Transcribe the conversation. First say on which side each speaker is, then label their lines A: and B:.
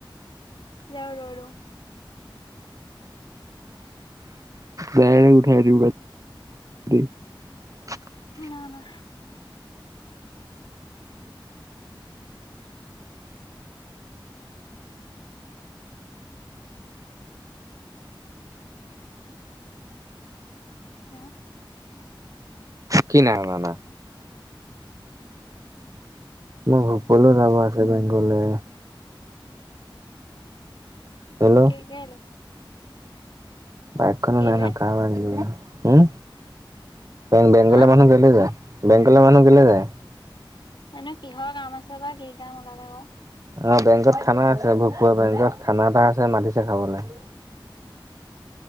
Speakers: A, on the left; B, on the right.
A: যাও ৰ ৰ
B: গাই উঠাই দিব <unintelligible>
A: না না হুম
B: কি না না মই ভূল
A: না
B: যাব আছে ব গ'লে হেল্ল'
A: কে কলে
B: বখনো
A: কেলে
B: ন নাই পিল হুম বেংকলে
A: হা
B: মানুহ কেলে যায় বেংকলে মানুহ কেলে যায়
A: জানো কিহৰ কাম আছে বা কি কাম ওলালে আকৌ-
B: অ বেংকত খানা আছে ভা বেংকত খানা এটা আছে মাতিছে খাবলে-